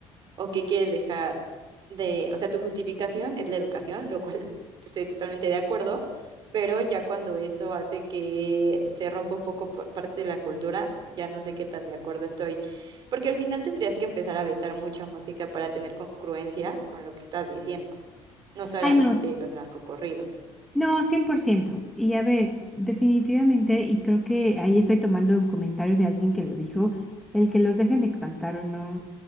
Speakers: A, on the right; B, in the centre.
A: o qué quieres dejar de, o sea, tu justificación es la educación, lo cual <laughs> estoy totalmente de acuerdo, pero ya cuando eso hace que se rompa un poco pa- parte de la cultura, ya no sé qué tan de acuerdo estoy, porque al final tendrías que empezar a vetar mucha música para tener congruencia con lo que estás diciendo, no solamente
B: Ay, no,
A: los narcocorridos.
B: no, 100%. Y a ver, definitivamente, y creo que ahí estoy tomando un comentario de alguien que lo dijo, el que los dejen de cantar o no,